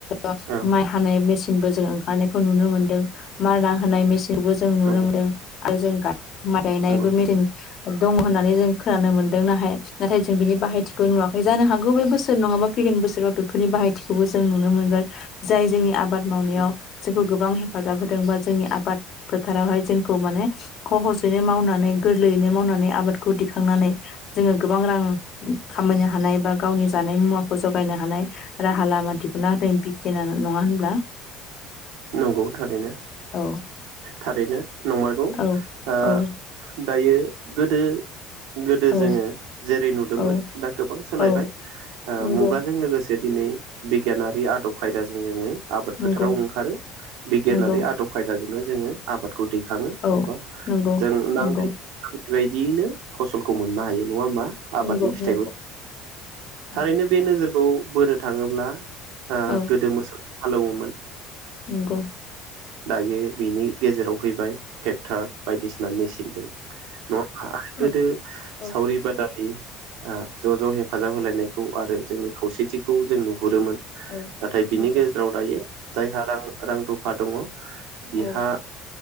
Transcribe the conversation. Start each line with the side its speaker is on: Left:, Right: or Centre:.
Left: आ
Right: औ
Left: माइ हानाय मेसिनबो जोङो नायखौ नुनो मोनदों मारना होनाय मेसि थेवबो जों नुनो
Right: नंगौ
Left: मोनदों आरो जों गा <unintelligible>
Right: नंगौ
Left: दङ होननानै जों खोनानो मोनदों नाहाय नाथाय जों बिनि बाहायथिखौ नुवाख बे जानो हागौ बे बोसोर नङाबा फैगोन बोसोराव बेफोरनि बाहायथिखौबो जों नुनो मोनगोन जाय जोंनि आबाद मावनायाव
Right: औ
Left: जे गोबां हेफाजाब होदों बा जोंनि आबाद फोथारावहाय जोंखौ माने खहसयैनो मावनानै गोरलैयैनो मावनानै आबादखौ दिखांनानै जोङो गोबां रां खामायनो हानाय बा गावनि जानाय मुवा खौ जगायनो हानाय राहा लामा दिहुना होदों बिगियाना नङा होनब्ला?
Right: नंगौ थारैनो
Left: औ
Right: थारैनो नंमारगौ
Left: औ
Right: ओ
Left: औ
Right: दायो गोदो गोदो
Left: औ
Right: जोङो जेरै नुदोंमोन
Left: औ
Right: दा गोबां सोलायबाय
Left: औ नंगौ
Right: मुगाजों लोगोसे दिनै बिगियानारि आदब खायदाजों जोङो आबाद
Left: नंगौ
Right: फोथाराव ओंखारो बिगियानारि
Left: नंगौ
Right: आद खायदा नो जोङो आबाद खौ दैखाङो
Left: औ
Right: एबा
Left: नंगौ
Right: जों नांनाय
Left: नंगौ
Right: बेबायदियैनो फसलखौ मोननो हायो। नङा होमबा आबादनि
Left: नंगौ
Right: फिथाइखौ
Left: नंगौ नंगौ
Right: थारैनो बे नोजोर खौ बोनो थाङोब्ला आ
Left: औ
Right: गोदो मोसौ हालौओमोन।
Left: नंगौ
Right: दायो बिनि गेजेराव फैबाय टेक्टार बायदिसिना मेसिनजों नङाबा आरो
Left: औ
Right: गोदो
Left: औ
Right: सावरि बादालि ओ ज ज हेफाजाब होलाय नाय खौ आरो जोंनि खौसेथिखौ जों नुहुरोमोन।
Left: औ
Right: नाथाय बिनि
Left: नंगौ
Right: गेजेराव दायो जायहा रां रां रुफा दङ बिहा
Left: औ